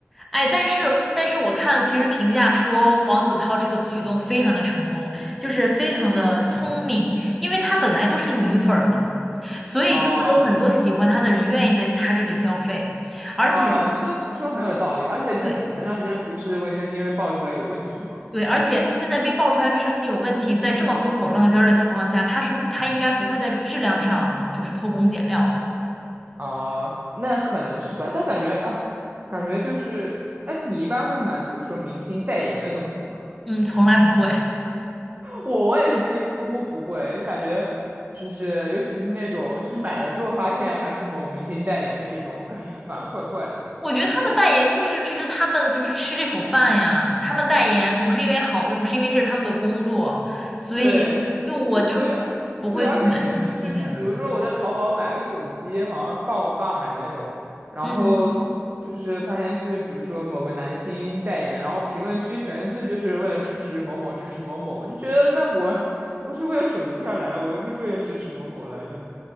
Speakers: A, in the centre; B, on the right.
A: 哎，但是但是我看其实评价说黄子韬这个举动非常的成功，就是非常的聪明，因为她本来都是女粉儿嘛，所以就会有很多喜欢她的人愿意在她这里消费，
B: 哦，
A: 而且
B: 啊，你说你说很有道理，而且就是前段时间不是卫生巾被爆出来有问题吗？
A: 对对，而且现在被爆出来卫生巾有问题，在这么风口浪尖儿的情况下，她是她应该不会在质量上就是偷工减料的，
B: 啊，那可能是吧，但感觉啊，感觉就是，哎，你一般会买比如说明星代言的东西吗？
A: 嗯，从来不会。
B: 我我也是几乎不会，因为感觉就是尤其是那种就是买了之后发现还是某明星代言的这种，<laughs> 我感觉反而怪怪的。
A: 我觉得他们代言就是这是他们就是吃这口饭呀，他们代言不是因为好用，是因为这是他们的工作，所以就我就不会去买他们推荐的。
B: 对，就所以对，而且就是就是，比如说我在淘宝买个手机，好像帮我爸买的那种，然后就是发现是比如说某个男星代言的，
A: 嗯，
B: 然后评论区全是就是为了支持某某支持某某，我就觉得那我 <laughs> 不是为了手机而来的，我又不是为了支持某某来的。